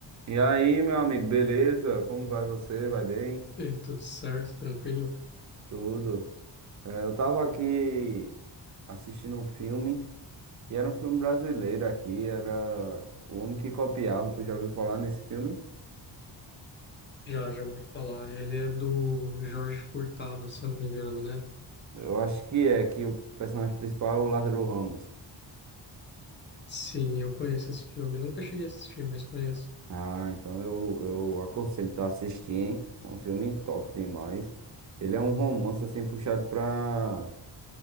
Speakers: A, on the right; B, on the left.
A: E aí, meu amigo, beleza? Como vai você? Vai bem?
B: Ei, tudo certo, tranquilo?
A: Tudo. É, eu tava aqui assistindo um filme, e era um filme brasileiro aqui, era O Homem que Copiava. Tu já ouviu falar nesse filme?
B: Já, já ouvi falar. Ele é do Jorge Furtado, se eu não me engano, né?
A: Eu acho que é, que o personagem principal é o Lázaro Ramos.
B: Sim, eu conheço esse filme. Nunca cheguei a assistir, mas conheço.
A: Ah, então eu, eu aconselho tu a assistir, hein? É um filme top demais. Ele é um romance assim puxado pra,